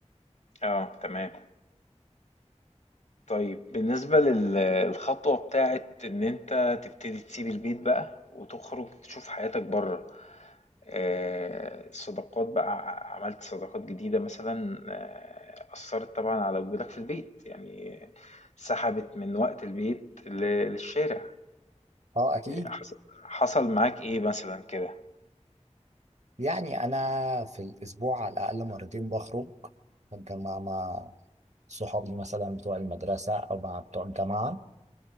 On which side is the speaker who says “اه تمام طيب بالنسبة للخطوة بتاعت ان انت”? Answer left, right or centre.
Left